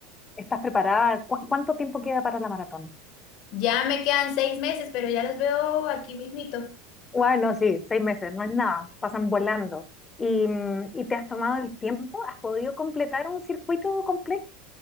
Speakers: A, on the left (about 15°); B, on the left (about 50°).
A: ¿Estás preparada? ¿Cu- cuánto tiempo queda para la maratón?
B: ya me quedan seis meses, pero ya los veo aquí mismito.
A: Bueno, sí, seis meses, no es nada, pasan volando. ¿Y, mm, y te has tomado el tiempo? ¿Has podido completar un circuito completo?